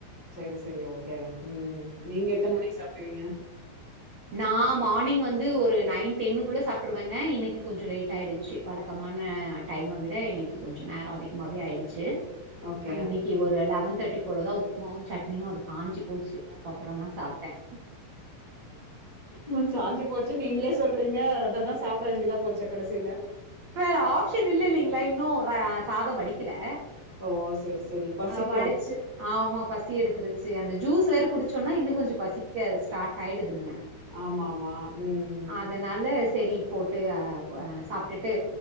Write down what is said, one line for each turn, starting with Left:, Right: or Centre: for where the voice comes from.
Left: சரி சரி ஓகே உம் நீங்க
Right: சொல்லுங்க
Left: எத்தனை மணிக்கு சாப்பிடுவீங்க
Right: நான் மார்னிங் வந்து ஒரு நைன் டென்னுக்குள்ள சாப்பிட்டுருவேங்க இன்னைக்கு கொஞ்சம் லேட் ஆயிடுச்சு வழக்கமான டைம விட இன்னைக்கு கொஞ்சம் நேரம் அதிகமாவே ஆயிடுச்சு
Left: ஓகே
Right: ஆஹ் இன்னைக்கு ஒரு லெவன் தட்டி போடுதா உப்புமாவும் சட்னியும் அது காஞ்சு போச்சு அதுக்கப்புறம் தான் சாப்டேன்
Left: உம் காஞ்சு போச்சு நீங்களே சொல்றீங்க அத தான் சாப்பிட வேண்டியதா போச்சு கடைசியிலே
Right: வேற ஆப்ஷன் இல்லே இல்லைங்களா இன்னும் சாதம் வடிக்கலே
Left: ஓ சரி சரி பசிக்கு
Right: ஆஹ் வடிச்சு ஆமா பசி எடுத்துருச்சு சரி அந்த ஜூஸ் வேறு குடிச்சோன்னா இன்னும் கொஞ்சம் பசிக்க ஸ்டார்ட் ஆகிடுதுங்க
Left: ஆமா ஆமா உம் உம்
Right: அதனால சரி போட்டு சாப்பிட்டுட்டு